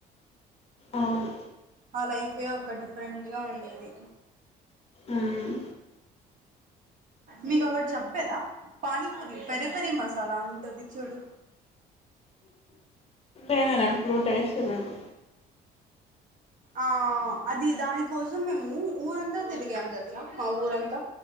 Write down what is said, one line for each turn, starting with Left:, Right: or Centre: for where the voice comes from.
Left: అవును
Right: ఆ లైఫే ఒక డిఫరెంట్ గా ఉండేది.
Left: ఉమ్.
Right: మీకు ఒకటి చెప్పేదా పానీపూరి పెరి పెరి మస్. సాలా ఉంటది చూడు
Left: ఏ నేను ఎప్పుడూ టేస్ట్ చేయలేదు
Right: ఆ అది దానికోసం మేము ఊర్ ఊరంతా తిరిగాం తెలుసా మా ఊరంతా